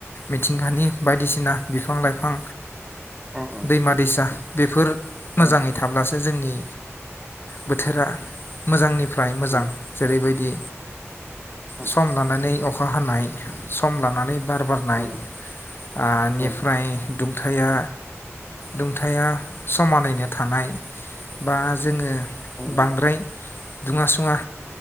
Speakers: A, on the left; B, in the centre.
A: मिथिंगानि बायदिसिना बिफां -लाइफां
B: उम
A: दैमा- दैसा बेफोर मोजाङै
B: उम
A: थाब्लासो जोंनि बोथोरा मोजांनि फ्राय मोजां
B: उम
A: जेरैबायदि दि
B: उम
A: सम लानानै अखा हानाय सम लानानै बार बारनाय
B: उम
A: ओ निफ्राय
B: उम
A: दुंथाया दुंथाया समानैनो थानाय बा जोङो
B: उम
A: बांद्राय दुङा सुङा